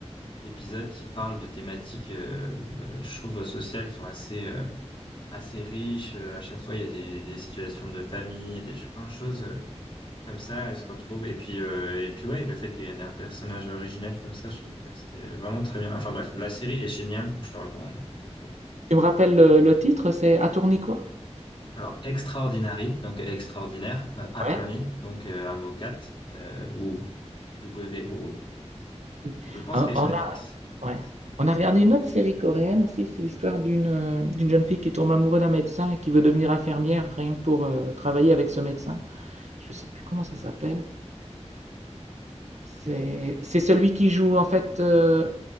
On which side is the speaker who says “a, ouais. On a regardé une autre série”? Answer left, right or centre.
Right